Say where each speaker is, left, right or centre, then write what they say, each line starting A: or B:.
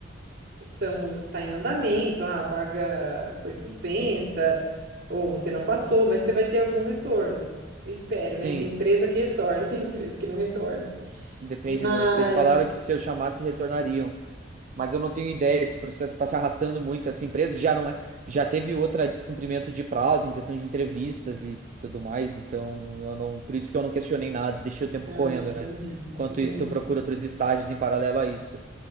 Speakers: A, on the right; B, on the right.
A: estamos, está em andamento, ah, a vaga foi suspensa, ou você não passou, mas você vai ter algum retorno. Espero,
B: Sim,
A: né? Tem empresa que retorna, <laughs> tem empresa que não retorna.
B: depende
A: Mas.
B: muito. Eles falaram que se eu chamasse, retornariam. Mas eu não tenho ideia, esse processo está se arrastando muito. Essa empresa já não é, já teve outra descumprimento de prazo em questão de entrevistas e tudo mais. Então eu não, por isso que eu não questionei nada, deixei o tempo
A: Ah,
B: correndo,
A: entendi,
B: né? Enquanto
A: entendi.
B: isso, eu procuro outros estágios em paralelo a isso.